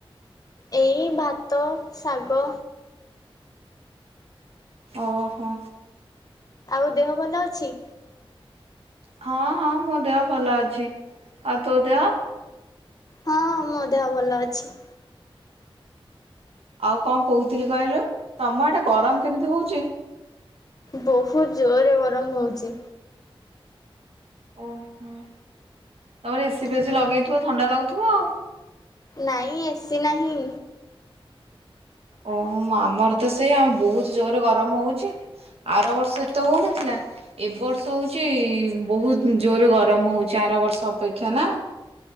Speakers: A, on the left (about 40°); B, on the right (about 85°).
A: ଏଇ ଭାତ, ଶାଗ।
B: ଓ ହୋ।
A: ଆଉ ଦେହ ଭଲ ଅଛି?
B: ହଁ ହଁ ମୋ ଦେହ ଭଲ ଅଛି ଆଉ ତୋ ଦେହ
A: ହଁ ମୋ ଦେହ ଭଲ ଅଛି।
B: ଆଉ କଣ କହୁଥିଲି କହିଲୁ ତମ ଆଡେ ଗରମ କେମିତି ହଉଛି?
A: ବହୁତ ଜୋରରେ ଗରମ ହଉଛି।
B: ଓ ହୋ। ତମର ଏସି
A: ହୁଁ
B: ଫେସି ଲଗେଇଥିବ ଥଣ୍ଡା ଲାଗୁ ଥିବ ଆଉ।
A: ନାହିଁ ଏସି ନାହିଁ।
B: ଓହୋ ଆମର ତ ସେଇଆ ବହୁତ ଜୋରେ ଗରମ ହଉଛି। ଆର ବର୍ଷ ତ ହେଉନଥିଲା। ଏବ ବର୍ଷ ହଉଛି ବହୁତ ଜୋରରେ ଗରମ ହଉଛି ଆର ବର୍ଷ ଅପେକ୍ଷା ନା।